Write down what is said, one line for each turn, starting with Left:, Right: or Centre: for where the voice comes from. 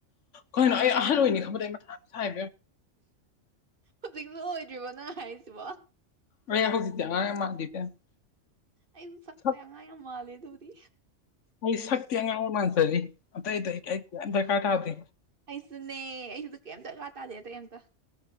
Left: ꯀꯅꯣ ꯑꯩ ꯑꯍꯜ ꯑꯣꯏꯅꯤ ꯈꯪꯕꯗ ꯑꯩ ꯃꯊꯥ ꯌꯥꯝ ꯁꯥꯏ
Right: ꯍꯧꯖꯤꯛꯁꯨ ꯑꯣꯏꯗ꯭ꯔꯤꯕꯣ ꯅꯪ ꯍꯥꯏꯔꯤꯁꯤꯕꯣ
Left: <unintelligible>
Right: ꯑꯩꯁꯨ ꯁꯛꯁꯦ
Left: ꯁꯛ
Right: ꯑꯉꯥꯡ ꯌꯥꯝ ꯃꯥꯂꯦ ꯑꯗꯨꯕꯨꯗꯤ
Left: ꯑꯩ ꯁꯛꯇꯤ ꯑꯉꯥꯡ ꯃꯥꯟꯖꯔꯤ ꯑꯇꯩ ꯑꯇꯩ ꯑꯩ ꯌꯥꯝ ꯗꯔꯀꯥꯔ ꯇꯥꯗꯦ
Right: ꯑꯩꯁꯨꯅꯦ ꯑꯩꯁꯨꯗ ꯀꯩꯝ ꯗꯔꯀꯥꯔ ꯇꯥꯗꯦ ꯑ ꯀꯩꯝꯇ